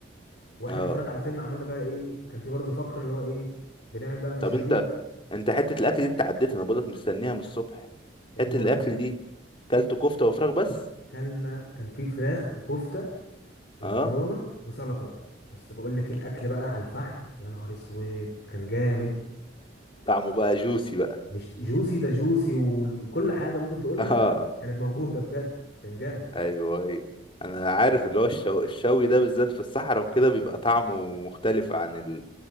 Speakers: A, on the left; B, on the left.
A: واحنا
B: اه
A: بنتفرج على الفيلم عملنا بقى ايه كان في برضه فقره اللي هو ايه بنعمل بقى مشاريب
B: طب انت انت حته الاكل دي انت عديت انا بقولك مستنيها من الصبح
A: يا
B: حته
A: ابني بقول
B: الاكل
A: لك
B: دي كلت كفته وفراخ بس
A: كلنا كان في فراخ وكفته ومكرونه
B: اه
A: وسلطه بقى بس بقول لك إيه، الاكل بقى على الفحم يا نهار اسود كان جامد
B: طعمه بقى جوسي بقى
A: مش جوسي ده جوسي و- وكل حاجه ممكن
B: <laughs>
A: تقولها
B: اه
A: كانت موجوده بجد كان جامد
B: ايوه ايوه انا عارف اللي هو الشو... الشوي ده بالذات في الصحراء وكده بيبقى طعمه مختلف عن